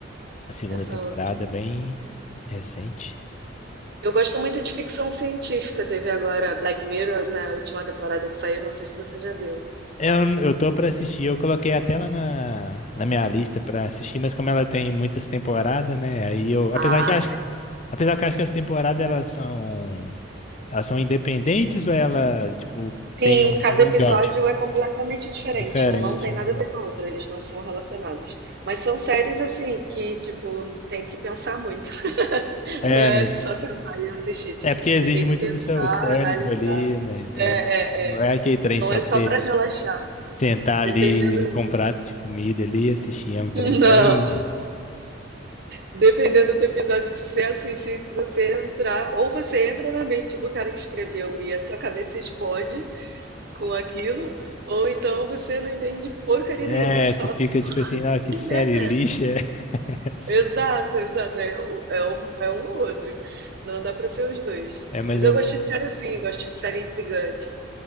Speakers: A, on the left (about 35°); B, on the right (about 55°).
A: a segunda
B: Essa
A: temporada,
B: outra.
A: bem recente.
B: Eu gosto muito de ficção científica. Teve agora Black Mirror, né? A última temporada que saiu. Não sei se você já viu.
A: É, Eu, eu tô pra assistir, eu coloquei até ela na, na minha lista pra assistir, mas como ela tem muitas temporadas, né? Aí eu, apesar
B: Ah,
A: que eu acho, apesar que eu acho que as temporadas elas são, elas são independentes ou ela, tipo,
B: Sim,
A: tem um,
B: cada
A: um
B: episódio
A: gancho
B: é completamente diferente.
A: diferente,
B: Um não tem nada
A: né?
B: a ver com o outro, eles não são relacionados. Mas são séries assim que, tipo, tem que pensar muito. <laughs>
A: É,
B: Não é
A: né?
B: só sentar e assistir.
A: É porque
B: Você
A: exige
B: tem que
A: muito
B: pensar,
A: do seu cérebro
B: analisar.
A: ali, né, e tal.
B: É,
A: Não
B: é, é.
A: é aquele trem
B: Não
A: só
B: é
A: pra
B: só
A: você
B: para relaxar.
A: sentar
B: Dependendo.
A: ali com um prato de comida ali, assistir, é um trem
B: <laughs>
A: bem...
B: Não. Dependendo do episódio que você assistir, se você entrar, ou você entra na mente do cara que escreveu e a sua cabeça explode, com aquilo, ou então você não entende porcaria
A: É,
B: nenhuma. Você fala,
A: você fica
B: porra,
A: tipo assim, ah, que
B: que
A: série
B: merda
A: lixa
B: é essa?
A: é essa?
B: Exato, exato. É, o- é um, é um ou outro. Não dá pra ser os dois.
A: É mais
B: Mas
A: ou
B: eu
A: menos.
B: gosto de série assim, gosto de série intrigante.